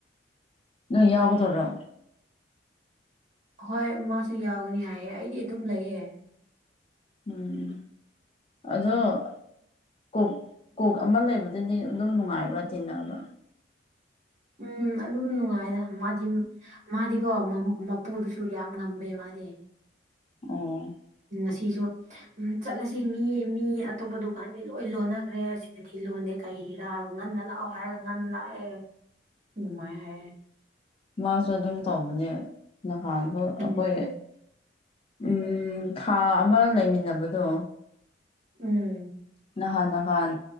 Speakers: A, on the left; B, on the right.
A: ꯅꯣꯏ ꯌꯥꯎꯒꯗꯣꯔꯣ
B: ꯍꯣꯏ ꯃꯥꯁꯨ ꯌꯥꯎꯒꯅꯤ ꯍꯥꯏꯌꯦ ꯑꯩꯗꯤ ꯑꯗꯨꯝ ꯂꯩꯑꯦ
A: ꯎꯝ ꯑꯗꯣ ꯀꯣꯛ ꯀꯣꯛ ꯑꯃ ꯂꯩꯕꯗꯗꯤ ꯑꯗꯨꯝ ꯅꯨꯡꯉꯥꯏꯕ ꯇꯤꯟꯅꯕ
B: ꯎꯝ ꯑꯗꯨꯝ ꯅꯨꯡꯉꯥꯏꯗ ꯃꯥꯗꯤ ꯃꯥꯗꯤꯀꯣ ꯃꯄꯨꯗꯨꯁꯨ ꯌꯥꯝ ꯉꯝꯃꯦ ꯃꯥꯅꯦ
A: ꯑꯣ
B: ꯉꯁꯤꯁꯨ ꯆꯠꯂꯁꯤ ꯁꯤ ꯃꯤ ꯃꯤ ꯑꯇꯣꯞꯄ ꯗꯨꯀꯥꯟꯗꯤ ꯂꯣꯏ ꯂꯣꯟꯅꯈ꯭ꯔꯦ ꯁꯤꯗꯗꯤ ꯂꯣꯟꯗꯦ ꯀꯩꯔꯥ ꯉꯟꯅ ꯂꯑꯣꯍꯥꯏ ꯉꯥꯟ ꯂꯥꯛꯑꯌꯦ ꯅꯅꯨꯡꯉꯥꯏ ꯍꯥꯏꯌꯦ
A: ꯃꯥꯁꯨ ꯑꯗꯨꯝ ꯇꯧꯕꯅꯦ ꯅꯍꯥꯟꯁꯨ
B: ꯎꯝ
A: ꯑꯩꯈꯣꯏ ꯎꯝ ꯊꯥ ꯑꯃ ꯂꯩꯃꯤꯟꯅꯕꯗꯣ
B: ꯎꯝ
A: ꯅꯍꯥꯟ ꯅꯍꯥꯟ